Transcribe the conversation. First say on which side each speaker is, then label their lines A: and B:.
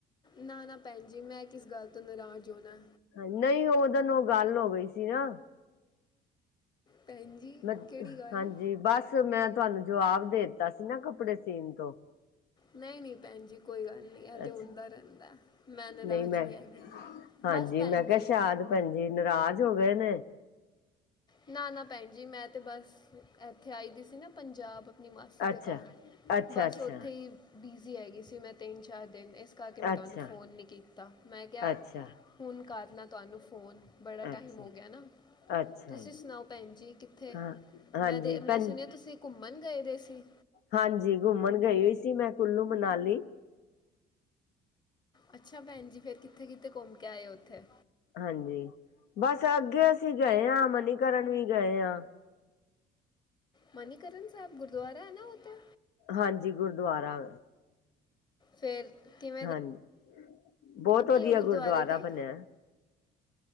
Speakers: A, on the left; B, on the left.
A: ਨਾ-ਨਾ, ਭੈਣ ਜੀ ਮੈਂ ਕਿਸ ਗੱਲ ਤੋਂ ਨਾਰਾਜ਼ ਹੋਣਾ।
B: ਹਾ, ਨਹੀ ੳਹ ਦਿਨ ਉਹ ਗੱਲ ਹੋ ਗਈ ਸੀ ਨਾ।
A: ਭੈਣ ਜੀ
B: ਮੈਂ
A: ਕਿਹੜੀ ਗੱਲ
B: ਹਾਂਜੀ ਬਸ ਮੈਂ ਤੁਹਾਨੂੰ ਜਵਾਬ ਦੇ ਤਾ ਸੀ ਨਾ ਕੱਪੜੇ ਸੀਣ ਤੋਂ।
A: ਨਈ-ਨਈ ਭੈਣ ਜੀ ਕੋਈ ਗੱਲ ਨਹੀ, ਐ ਤੇ
B: ਅੱਛਾ
A: ਹੁੰਦਾ ਰਹਿੰਦਾ, ਮੈਂ ਨਾਰਾਜ਼
B: ਨਹੀਂ ਮੈਂ
A: ਨੀ ਹੈਗੀ।
B: ਹਾਂਜੀ
A: ਬਸ ਭੈਣ
B: ਮੈਂ ਕਿਹਾ
A: ਜੀ,
B: ਸ਼ਾਇਦ ਭੈਣਜੀ ਨਾਰਾਜ਼ ਹੋ ਗਏ ਨੇ।
A: ਨਾ-ਨਾ ਭੈਣ ਜੀ ਮੈਂ ਤੇ ਬਸ ਇੱਥੇ ਆਈ ਦੀ ਸੀ ਨਾ ਪੰਜਾਬ ਅਪਣੀ ਮਾਸੀ
B: ਅੱਛਾ
A: ਦੇ ਘਰ
B: ਅੱਛਾ
A: ਬਸ
B: ਅੱਛਾ
A: ਉੱਥੇ ਹੀ ਬਿਜ਼ੀ ਹੈਗੀ ਸੀ ਮੈਂ ਤਿੰਨ-ਚਾਰ ਦਿਨ, ਇਸ ਕਰਕੇ ਮੈਂ
B: ਅੱਛਾ,
A: ਤੁਹਾਨੂੰ ਫੋਨ ਨੀ ਕੀਤ ਤਾਂ ਮੈਂ ਕਿਆ
B: ਅੱਛਾ।
A: ਹੁਣ ਕਰ ਲਾ ਤੁਹਾਨੂੰ ਫੋਨ, ਬੜਾ
B: ਅੱਛਾ,
A: ਟਾਈਮ ਹੋ ਗਿਆ ਨਾ।
B: ਅੱਛਾ
A: ਤੁਸੀਂ
B: ਜੀ
A: ਸੁਣਾਓ ਭੈਣ ਜੀ ਕਿੱਥੇ,
B: ਹਾਂ ਹਾਂਜੀ
A: ਮੈਂ ਦੇ ਮੈਂ
B: ਭੈਣ
A: ਸੁਣਿਆ ਤੁਸੀਂ ਘੁੰਮਣ ਗਏ ਦੇ ਸੀ।
B: ਹਾਂਜੀ, ਘੁੰਮਣ ਗਈ ਹੋਈ ਸੀ ਮੈਂ ਕੁਲੂ ਮਨਾਲੀ,
A: ਅੱਛਾ ਭੈਣ ਜੀ, ਫਿਰ ਕਿੱਥੇ-ਕਿੱਥੇ ਘੁੰਮ ਕੇ ਆਏ ਉੱਥੇ?
B: ਹਾਂਜੀ, ਬਸ ਅੱਗੇ ਅਸੀਂ ਗਏ ਆ, ਮਨੀਕਰਨ ਵੀ ਗਏ ਆ।
A: ਮਨੀਕਰਨ ਸਾਹਿਬ ਗੁਰਦੁਆਰਾ ਐ ਨੇ ਓ ਤੇ।
B: ਹਾਂਜੀ, ਗੁਰਦੁਆਰਾ।
A: ਫੇਰ ਕਿਵ
B: ਹਾਂਜੀ, ਬੋਤ ਵਧੀਆ
A: ਗੁਰਦੁਆਰੇ
B: ਗੁਰਦੁਆਰਾ
A: ਦੀ
B: ਬਣਿਐ।